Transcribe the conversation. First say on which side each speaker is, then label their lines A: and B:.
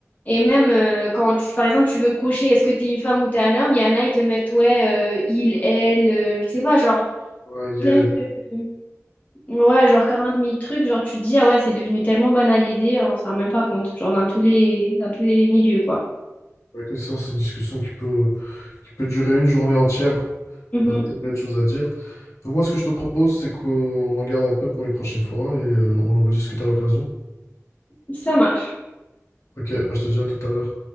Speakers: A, on the left (about 30°); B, on the left (about 65°).
A: Et même euh, quand, tu, par exemple, tu veux cocher, est-ce que t'es une femme ou t'es un homme, il y en a, ils te mettent, ouais, euh, il, elle, euh, je sais pas, genre,
B: Ouais, il
A: plein de... Ouais, genre quarante mille trucs, genre tu te dis, ah ouais, c'est devenu tellement banalisé, on s'en rend même pas compte, genre dans tous les, dans tous les milieux, quoi.
B: ouais, écoute, ça, c'est une discussion qui peut, qui peut durer une journée entière.
A: Mhm.
B: Euh, tellement de choses à dire. Donc moi, ce que je te propose, c'est qu'on en garde un peu pour une prochaine fois et euh, on en rediscute à l'occasion.
A: Ça marche.
B: Ok, bah je te dis à tout à l'heure.